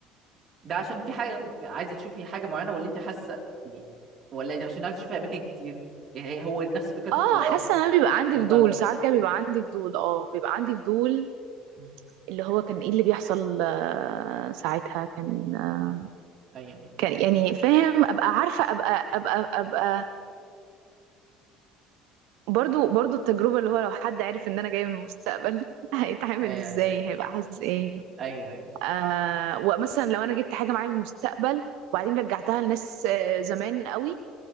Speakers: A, on the right (about 45°); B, on the right (about 75°).
A: ده عشان في حاجه عايزه تشوفي حاجه معينه ولا انت حاسه يعني ولا عشان عايزه تشوفي اماكن كتير يعني هي- هو نفس فكره
B: اه
A: الطيران
B: حاسه ان انا بيبقى عندي
A: بدرجه
B: فضول ساعات كده بيبقى عندي فضول اه بيبقى عندي فضول
A: م.
B: اللي هو كان ايه اللي بيحصل آه، ساعتها كان آه،
A: ايوه
B: كان يعني فاهم ابقى عارفه ابقى ابقى ابقى برضو برضو التجربه اللي هو لو حد عارف ان انا جايه من المستقبل <laughs> هيتعامل
A: ايوه
B: ازاي
A: ايوه
B: هيبقى حاسس ايه
A: ايوه ايوه ايوه
B: آه ومثلا لو انا جبت حاجه معايا من المستقبل وبعدين رجعتها لناس آه زمان قوي